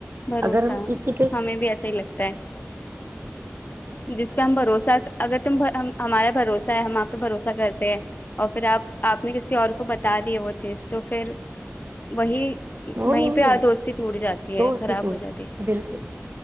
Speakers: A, on the left; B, on the right.
A: بھروسہ
B: اگر ہم کسی پہ
A: ہمیں بھی ایسا ہی لگتا ہے جس پہ ہم بھروسہ اگر تم ہمارا بھروسہ ہے ہم آپ پہ بھروسہ کرتے ہیں اور پھر آپ آپ نے کسی اور کو بتا دییا وہ چیز تو پھر وہی
B: وہ
A: وہیں
B: نہیں
A: پہ
B: ہے،
A: دوستی ٹوٹ جاتی
B: دوست
A: ہے خراب
B: بالکل
A: ہو جاتی